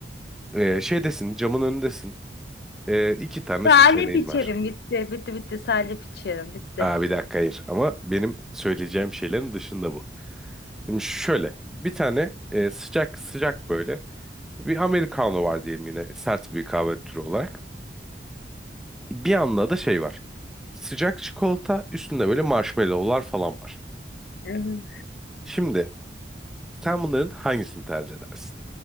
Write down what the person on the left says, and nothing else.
Salep
içerim
bitti. Bitti bitti salep içerim bitti.
Hı hı.